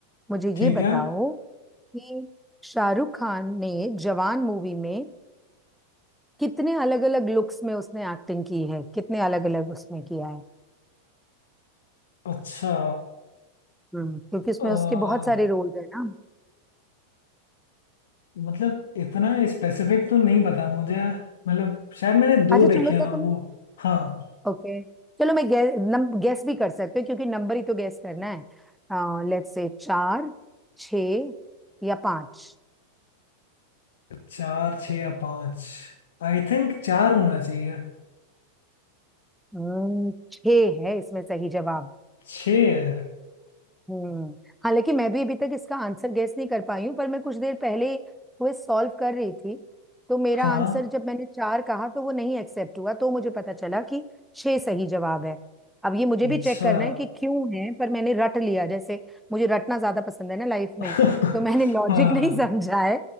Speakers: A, in the centre; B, on the left.
A: मुझे
B: ठीक
A: ये बताओ
B: है
A: कि शाहरुख खान ने जवान मूवी में कितने अलग अलग लुक्स में उसने एक्टिंग की है कितने अलग अलग उसमें किया है
B: अच्छा
A: हम्म क्योंकि उसमें
B: अ,
A: उसके बहुत सारे रोल्स है ना
B: मतलब इतना स्पेसिफिक तो नहीं पता मुझे मतलब शायद मैंने दो
A: अच्छा
B: देखे
A: चलो
B: हैं
A: तो तुम
B: वो हाँ
A: ओके चलो मैं गे, नम, गेस भी कर सकते हो क्योंकि नंबर ही तो गेस करना है लेट्स से चार छ या पांच
B: चार छः या पाँच आई थिंक चार होना चाहिए
A: हम्म छ है इसमें सही जवाब
B: छः है
A: हम्म हालांकि मैं भी अभी तक इसका आंसर गैस नहीं कर पाई हूँ पर मैं कुछ देर पहले क्विज सॉल्व कर रही थी तो मेरा
B: हाँ
A: आंसर जब मैंने चार कहा तो वो नहीं एक्सेप्ट हुआ तो मुझे पता चला कि छह सही जवाब है अब ये मुझे भी
B: अच्छा
A: चेक करना है कि क्यों है पर मैंने रट लिया जैसे मुझे रटना ज्यादा पसंद है ना लाइफ में
B: <laughs>
A: तो मैंने लॉजिक
B: हाँ
A: <laughs> नहीं समझा है